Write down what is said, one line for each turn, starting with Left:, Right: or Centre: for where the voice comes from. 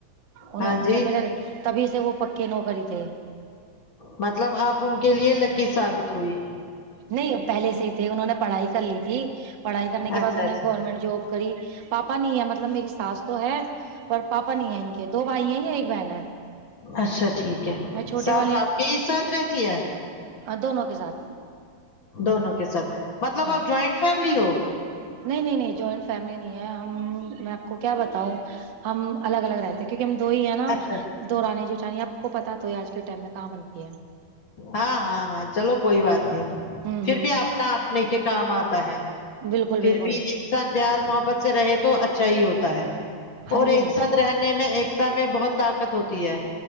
Right: انوں
Left: ہاں جی
Right: جب میرا تبھی سے وہ پکے نو کرہی تھے
Left: مطلب آپ ان کے لیے لکی ثابت ہوئی
Right: نہیں پہلے سے ہی تھے انہوں نے پڑھائی کر لی تھی پڑھائی کرنے کے
Left: اچھا
Right: بعد انہیں
Left: اچھا
Right: گورنمنٹ جاب کری پاپا نہیں ہے مطلب میری ساس تو ہے پر پاپا نہیں ہے ان کے دو بھائی ہیں یے ایک بہن ہے
Left: اچھا ٹھیک ہے
Right: میں چھوٹے
Left: ساس
Right: والے ہیں
Left: آپ کے ہی ساتھ رہتی ہے
Right: دونوں کے ساتھ
Left: دونوں کے ساتھ مطلب
Right: ہاں
Left: آب جوائنٹ فیملی ہو
Right: نہیں نہیں نہیں جوائنٹ فیملی نہیں ہے ہم میں آپ کو کیا بتاؤں ہم الگ الگ رہتے کیونکہ ہم دو ہی ہے نا
Left: اچھا
Right: دورانی جٹانی آپ کو پتا تو ہی ہے آج کے ٹائم میں کہاں بنتی ہے
Left: ہاں ہاں ہاں چلو کوئی بات نہیں
Right: ہوں
Left: پھر
Right: ہوں
Left: بھی اپنا اپنے کے کام آتا ہے
Right: بالکل
Left: پھر
Right: بالکل
Left: بھی انسان پیار محبت سے رہے تو اچھا ہی ہوتا ہے
Right: ہاں
Left: اور
Right: جی
Left: ایک ساتھ رہنے میں ایکتا میں بہت طاقت ہوتی ہے